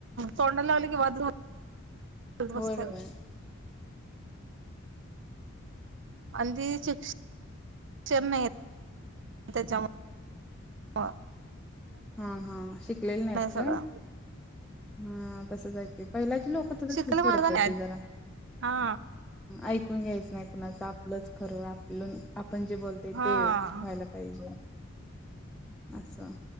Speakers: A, on the right; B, in the centre.
A: तोंडाला लागलं की वाद रा द बस्थल
B: होय होय
A: अध शिक शिकष नाही त्याच्या ह
B: हा, हा! शिकलेले नाहीत
A: सगळा
B: काय? हा, तसंच अहेते पहिल्याची लोक तसंच
A: शिकल
B: की
A: माणसाने
B: सरकटी जरा.
A: हा
B: ऐक घ्यायचं नाही कुणाच आपलंच खरं. आपलं आपण जे बोलतय,
A: हा
B: तेच व्हायला पाहिजे असं